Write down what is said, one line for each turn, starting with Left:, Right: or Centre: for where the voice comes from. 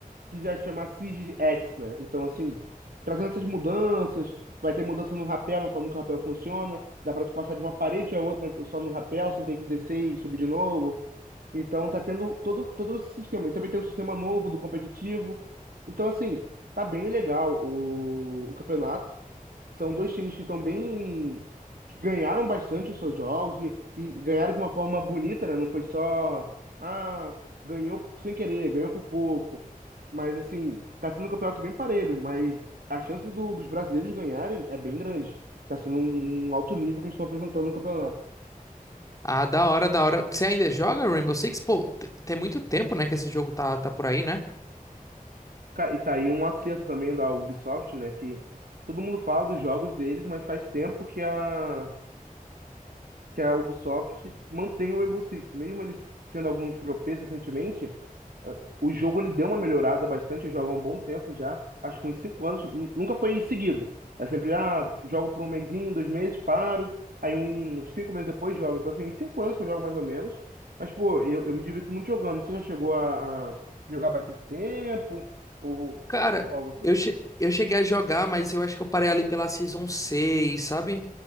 Right: que já se chama Siege X, né? Então assim, trazendo essas mudanças, vai ter mudança no rapel, na forma que o rapel funciona, dá para tu passar de uma parede a outra só no rapel, sem ter que descer e subir de novo. Então tá tendo todo, todo esse sistema. E também tem um sistema novo do competitivo. Então, assim, tá bem legal o, o campeonato. São dois times que estão bem. que ganharam bastante os seus jogos e, e ganharam de uma forma bonita, né? Não foi só. Ah, ganhou sem querer, ganhou por pouco. Mas, assim, tá sendo um campeonato bem parelho, mas a chance do- dos brasileiros ganharem é bem grande. Tá sendo um, um alto nível que eles estão apresentando no campeonato.
Left: Ah, da hora, da hora. Você ainda joga Rainbow Six? Pô, te- tem muito tempo, né, que esse jogo tá, tá por aí, né?
Right: Ca- E tá aí um acerto também da Ubisoft, né? Que todo mundo fala dos jogos deles, mas faz tempo que a que a Ubisoft mantém o Rainbow Six. Mesmo eles tendo alguns tropeços recentemente, ah, o jogo ele deu uma melhorada bastante. Eu jogo há um bom tempo já, acho que uns cinco anos. nu- Nunca foi seguido. É sempre, ah, jogo por um mesinho, dois meses, paro. Aí uns cinco meses depois jogo. Então, assim, uns cinco anos que eu jogo mais ou menos. Mas, pô, eu, eu me divirto muito jogando. Você já chegou a, a jogar bastante tempo? Ou,
Left: Cara,
Right: ou algo assim?
Left: eu, che- eu cheguei a jogar, mas eu acho que eu parei ali pela Season seis sabe?